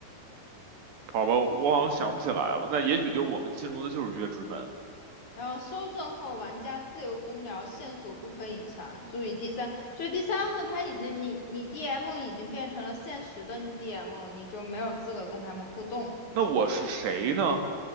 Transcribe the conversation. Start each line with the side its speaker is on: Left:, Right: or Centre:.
Right: 好吧，我好像想不起来了。那也许就是我们进入的就是月之门。
Left: 然后搜证后，玩家自由公聊，线索不可隐藏。注意第三，就是第三幕，它已经你你 DM 已经变成了现实的 DM 了，你就没有资格跟他们互动了，
Right: 那我是谁呢？